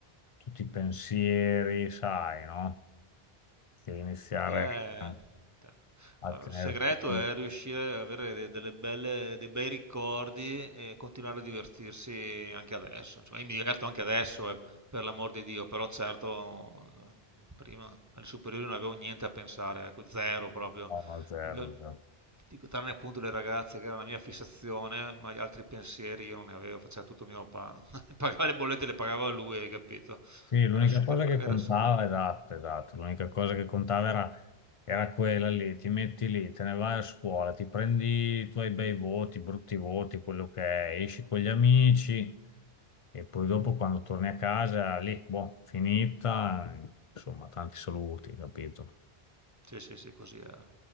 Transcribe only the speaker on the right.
Eh,
te-
allora,
il segreto
è riuscire ad avere de- delle belle, dei bei ricordi e continuare a divertirsi anche adesso. Insomma, io mi diverto anche adesso, eh, per l'amor di Dio, però certo eh, prima alle superiori non avevo niente a pensare, ecco, zero proprio.
Il mio- ti dico, tranne appunto le ragazze che era la mia fissazione, ma gli altri pensieri io non ne avevo, faceva tutto mio papà. <laughs> Pagava le bollette, le pagava lui, hai capito?
Era super,
era
super...
Sì, sì, sì, così era.